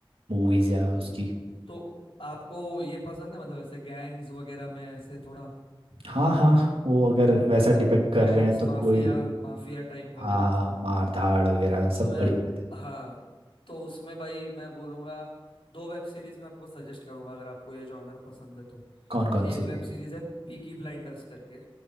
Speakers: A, on the right; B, on the left.
A: मूवीज या
B: हम्म
A: उसकी
B: तो आपको ये पसंद है मतलब ऐसे गैंग्स वगैरह में ऐसे थोड़ा
A: हाँ हाँ वो अगर वैसा
B: मतलब
A: डिपेक्ट कर
B: गैंग्स
A: रहे हैं तो
B: माफिया
A: कोई
B: माफिया टाइप वगैरह
A: हाँ
B: ऐसा
A: हाँ
B: है
A: मार
B: तो
A: धाड़ वगैरह सब
B: तो यार
A: बढ़िया रहते हैं
B: हाँ तो उसमें भाई मैं बोलूंगा दो वेब सीरीज मैं आपको सजेस्ट करूंगा अगर आपको ये जॉनर पसंद है तो
A: कौन
B: तो
A: कौन
B: एक
A: सी
B: वेब सीरीज है पीकी ब्लाइंडर्स करके